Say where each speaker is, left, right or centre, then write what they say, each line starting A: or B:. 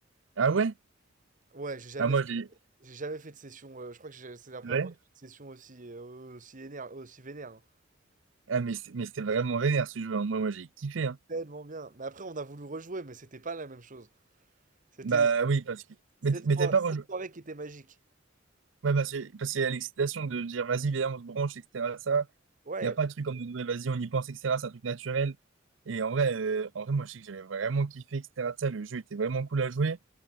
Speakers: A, on the right; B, on the right.
A: Ah ouais?
B: Ouais, j'ai jamais
A: Ah, moi,
B: fait,
A: j'ai.
B: j'ai jamais fait de session. euh, je crois que j'ai- c'est la première
A: Ouais?
B: fois que j'ai fait une session aussi, euh, aussi, éner- aussi vénère. hein.
A: Ah, mais c'est- mais c'était vraiment vénère ce jeu, hein. Moi, moi, j'ai kiffé,
B: C'était
A: hein.
B: tellement bien. Mais après, on a voulu rejouer, mais c'était pas la même chose. C'était
A: Bah oui, parce que.
B: cette,
A: Mais t- mais
B: fois-
A: t'avais pas rejou-
B: cette soirée qui était magique.
A: Ouais, bah, c'est, parce qu'il y a l'excitation de dire, vas-y, viens, on se branche, etc. Ça,
B: Ouais.
A: il n'y a pas de truc comme de, ouais, vas-y, on y pense, etc. C'est un truc naturel. Et en vrai, euh, en vrai, moi, je sais que j'avais vraiment kiffé, etc. de Ça, le jeu était vraiment cool à jouer.